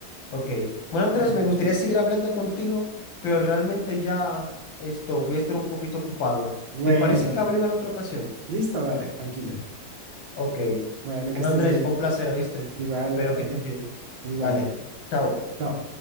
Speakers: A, on the left; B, on the right.
A: Ok. Bueno, Andrés,
B: Bueno,
A: me gustaría seguir hablando contigo, pero realmente ya esto, voy a estar un poquito ocupado.
B: bueno,
A: ¿Te parece que hablemos en otra ocasión?
B: listo, dale, tranquilo.
A: Ok.
B: Bueno, que
A: Bueno,
B: estés
A: Andrés,
B: bien.
A: fue un placer, ¿oíste?
B: Igual,
A: Espero
B: bueno,
A: que estés bien.
B: igual.
A: Dale. Chao.
B: Chao.